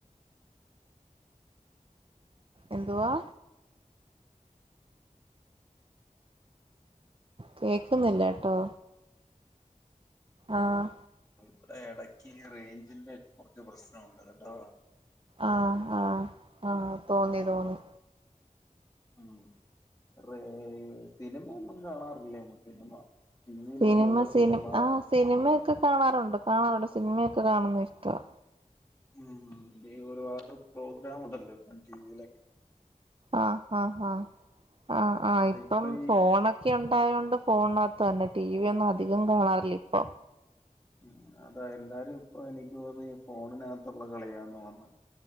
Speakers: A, on the right (about 40°); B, on the left (about 25°).
A: എന്തുവാ കേക്കുന്നില്ല ട്ടോ ആഹ്
B: ഇവടെ എടക്ക് ഈ റേഞ്ചിന്റെ കുറച്ച് പ്രശ്നം ഉണ്ട് കേട്ടോ
A: ആഹ് ആഹ് ആഹ് തോന്നി തോന്നി
B: ഉം <unintelligible> സിനിമയൊന്നും കാണാറില്ലേന്ന് സിനിമ ടിവിയിലൊക്കെ
A: സിനിമ
B: ഉള്ള
A: സിനി
B: സിനിമ
A: ആ സിനിമയൊക്കെ കാണാറുണ്ട് കാണാറുണ്ട് സിനിമയൊക്കെ കാണുന്ന ഇഷ്ടവാ
B: ഉം ഈ ഒരുപാട് പ്രോഗ്രാം ഉണ്ടല്ലോ ടിവിയിലെ
A: ആഹ് ഹാ ഹാ ആഹ് ആ
B: അല്ല
A: ഇപ്പം
B: ഇപ്പൊ ഈ
A: ഫോണൊക്കെ ഉൺ ണ്ടായോണ്ട് ഫോണിനകത്ത് തന്നെ ടി വി ഒന്നും അധികം കാണാറില്ല ഇപ്പം
B: ഉം അതാ എല്ലാരും ഇപ്പൊ എനിക്ക് തോന്നുന്നു ഈ ഫോണിനക ത്തുള്ള കളിയാന്ന് തോന്ന്ന്ന്